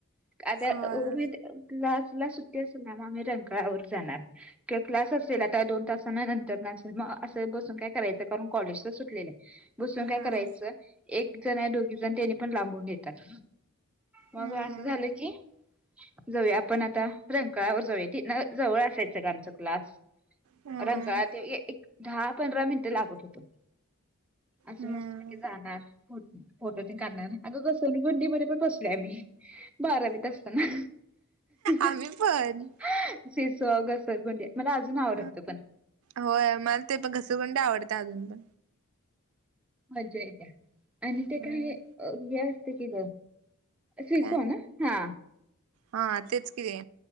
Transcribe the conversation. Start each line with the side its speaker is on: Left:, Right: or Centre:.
Centre: आता
Right: होय
Centre: म त तला सुट्टी अस ना मग आम्ही रंकाळावर जाणार किंवा क्लास असेल आता दोन तासांना नंतर न असेल मग असं बसून काय करायचं कारण कॉलेजच सुटलेलं आहे बसून
Right: हम्म
Centre: काय करायच एक जण आहे दोघी जण त्यानी पण लाबून घेतात मग
Right: हम्म
Centre: अस झाल की जाऊया आपण आता रंकळावर जाऊया तिथन जवळ असायच ग आमच क्लास
Right: हम्म
Centre: रंकाळा ते एक दहा पंधरा मिनिट लागत होते अस
Right: हम्म
Centre: मस्त पैकी जाणार फोटो तेन काढणारये आम्ही अगं घसर गुंडी वर पण बसले आम्ही बारावीत असताना
Right: आम्ही
Centre: शिसॉ
Right: पण
Centre: अ घसरगुंड्या मला अजून
Right: अ
Centre: आवडत पण
Right: होय मला ते पण घसगूंडे आवडत्या अजून ते
Centre: अजय आणि
Right: हम्म
Centre: ते काये अ ते कि शिसो
Right: काय
Centre: ना हा
Right: हा तेच कती